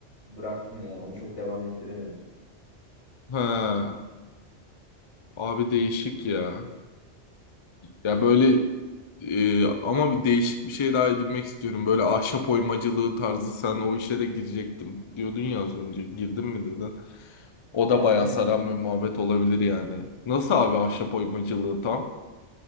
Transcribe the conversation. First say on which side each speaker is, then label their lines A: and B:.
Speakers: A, on the left; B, on the left.
A: bıraktım yani. Onu çok devam ettiremedim.
B: Ha, abi değişik ya. Ya böyle e, ama bir değişik bir şey daha edinmek istiyorum. Böyle ahşap oymacılığı tarzı sen o işe de girecektim diyordun ya az önce. Girdin mi dedin. O da
A: Yaptım
B: bayağı saran
A: yaptım onu.
B: bir muhabbet olabilir yani. Nasıl abi ahşap oymacılığı tam?